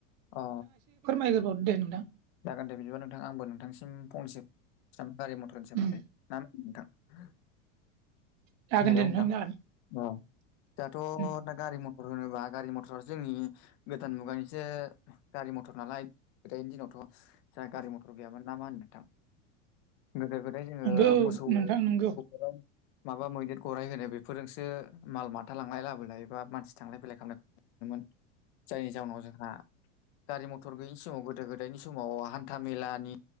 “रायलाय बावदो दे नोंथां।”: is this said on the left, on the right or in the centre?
Right